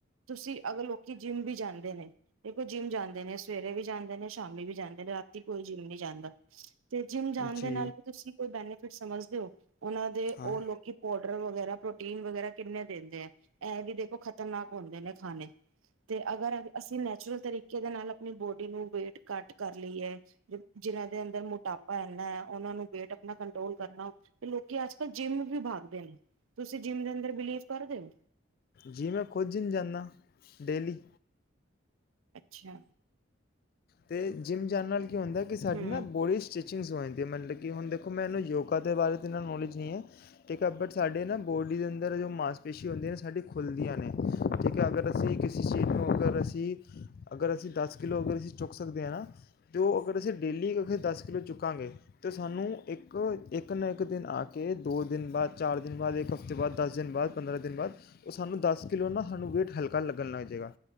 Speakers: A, on the right (about 85°); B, on the left (about 45°).
A: ਤੁਸੀਂ ਅਗਰ ਲੋਕੀ ਜਿੰਮ ਵੀ ਜਾਂਦੇ ਨੇ ਜਿੰਮ ਜਾਂਦੇ ਨੇ, ਸਵੇਰੇ ਵੀ ਜਾਂਦੇ ਨੇ, ਸ਼ਾਮੀ ਵੀ ਜਾਂਦੇ ਨੇ, ਰਾਤੀ ਕੋਈ ਜਿੰਮ ਨਹੀਂ ਜਾਂਦਾ ਤੇ ਜਿੰਮ ਜਾਣ
B: ਜੀ
A: ਦੇ ਨਾਲ ਵੀ ਤੁਸੀਂ ਕੋਈ ਬੈਨੀਫਿਟ ਸਮਝਦੇ ਹੋ? ਉਹਨਾਂ ਦੇ
B: ਹਾਂ
A: ਉਹ ਲੋਕੀ ਪੋਡਰ ਵਗੈਰਾ ਪ੍ਰੋਟੀਨ ਵਗੈਰਾ ਕਿੰਨੇ ਦਿੰਦੇ ਐ, ਇਹ ਵੀ ਦੇਖੋ ਖ਼ਤਰਨਾਕ ਹੁੰਦੇ ਨੇ ਖਾਣੇ ਅਤੇ ਅਗਰ ਅਸੀਂ ਨੈਚੁਰਲ ਤਰੀਕੇ ਦੇ ਨਾਲ ਆਪਣੀ ਬੋਡੀ ਨੂੰ ਵੇਟ ਘੱਟ ਕਰ ਲਈ ਐ ਜਿਨਾਂ ਦੇ ਅੰਦਰ ਟਾਪਾ ਇਨਾ ਉਹਨਾ ਨੂੰ ਵੇਟ ਆਪਣਾ ਕੰਟਰੋਲ ਕਰਨਾ ਤੇ ਲੋਕੀ ਅੱਜ ਕੱਲ ਜਿੰਮ ਵੀ ਬਾਗਦੇ ਨੇ। ਤੁਸੀਂ ਜਿੰਮ ਦੇ ਅੰਦਰ ਬਿਲੀਵ ਕਰਦੇ ਹੋ?
B: ਜੀ ਮੈਂ ਕੁਜਿਨ ਜਾਂਦਾ ਡੇਲੀ
A: ਅੱਛਾ
B: ਤੇ ਜਿੰਮ ਜਾਣ ਨਾਲ ਕੀ ਹੁੰਦਾ ਕਿ ਸਾਡੀ
A: ਹਮ
B: ਨਾ ਬੋਡੀ ਸਟਿ ਚ ਹੋ ਜਾਂ ਮਤਲਬ ਕਿ ਹੁਣ ਦੇਖੋ ਮੈਨੂੰ ਯੋਗਾ ਦੇ ਬਾਰੇਨਾ ਨੌਲੇਜ ਨਹੀਂ ਹੈ ਠੀਕ ਹੈ ਬਟ ਸਾਡੇ ਨਾ ਬੋਡੀ ਦੇ ਅੰਦਰ ਜੋ ਮਾਸਪੇਸ਼ੀ ਹੁੰਦੀ ਸਾਡੀਆਂ ਖੁੱਲਦੀਆਂ ਨੇ। ਠੀਕ ਹੈ, ਅਗਰ ਅਸੀਂ ਚੀਜ਼ ਨੂੰ ਅਗਰ ਅਸੀਂ, ਅਗਰ ਅਸੀਂ ਦਸ ਕਿੱਲੋ ਅਗਰ ਅਸੀ ਸਕਦੇ ਆ ਅਤੇ ਉਹ ਅਗਰ ਅਸੀਂ ਡੇਲੀ ਅਗੇ ਦਸ ਕਿੱਲੋ ਚੁੱਕਾਂਗੇ ਤਾਂ ਸਾਨੂੰ ਇੱਕ ਇੱਕ ਨਾ ਇੱਕ ਦਿਨ ਆ ਕੇ ਦੋ ਦਿਨ ਬਾਅਦ ਚਾਰ ਦਿਨ ਬਾਅਦ ਇੱਕ ਹਫ਼ਤੇ ਬਾਅਦ ਦਸ ਦਿਨ ਬਾਅਦ ਪੰਦਰਾਂ ਦਿਨ ਬਾਅਦ ਉਹ ਸਾਨੂੰ ਦਸ ਕਿੱਲੋ ਨਾ ਸਾਨੂੰ ਵੇਟ ਹਲਕਾ ਲੱਗਣ ਲੱਗ ਜੇਗਾ